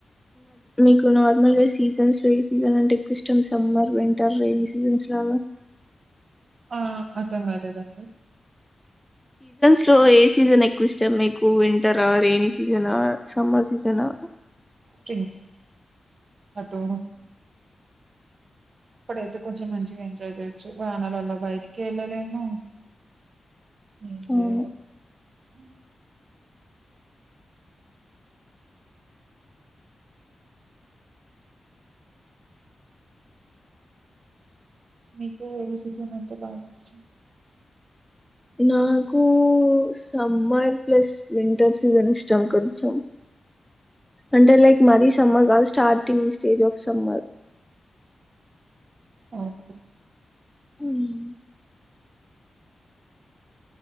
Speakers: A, in the centre; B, on the right.
A: మీకు నార్మల్గా సీజన్స్లో ఏ సీజన్ అంటే ఎక్కువ ఇష్టం. సమ్మర్, వింటర్, రెనీ సీజన్స్ లాగా
B: ఆ అర్థం కాలేదండి.
A: ఇలో ఏ సీజన్ ఎక్కువ ఇష్టం. మీకు వింటరా, రేనీ సీజనా, సమ్మర్ సీజనా.
B: స్ప్రింగ్క్. అటూ అప్పుడైతే కొంచెం మంచిగా ఎంజాయ్ చేయొచ్చు వానాలలా బయటికి వెళ్ళలేమో. ఏం జేయలేము.
A: అవును
B: హ మీకు ఏ సీజన్ అంటే బాగా ఇష్టం.
A: నాకు సమ్మర్ ప్లస్ వింటర్, సీజన్ ఇష్టం కొంచెం అంటే లైక్ మరీ సమ్మర్ కాదు. Starting stage of summer
B: okay
A: ఉం